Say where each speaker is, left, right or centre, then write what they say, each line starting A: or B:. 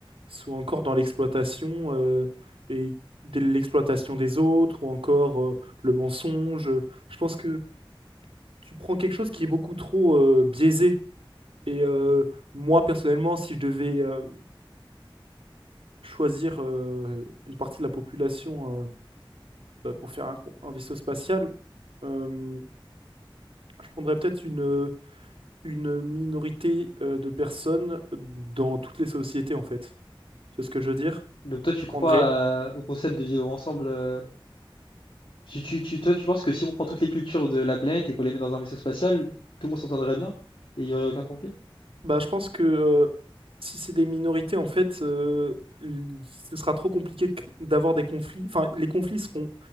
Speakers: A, on the right; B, on the left.
A: sont encore dans l'exploitation euh, et de l'exploitation des autres ou encore euh, le mensonge. Je pense que tu prends quelque chose qui est beaucoup trop euh, biaisé. Et euh, moi, personnellement, si je devais euh, choisir euh, une partie de la population euh, euh, pour faire un, con- un vaisseau spatial, euh, je prendrais peut-être une, une minorité euh, de personnes dans toutes les sociétés, en fait. Tu vois ce que je veux dire?
B: Donc toi, tu
A: Je
B: crois
A: prendrais...
B: euh, au concept de vivre ensemble euh, tu, tu, tu- toi, tu penses que si on prend toutes les cultures de la planète et qu'on les met dans un vaisseau spatial, tout le monde s'entendrait bien et il y aurait aucun conflit?
A: Bah, je pense que euh, si c'est des minorités, en fait, euh, l- ce sera trop compliqué de cr- d'avoir des conflits. Enfin, les conflits seront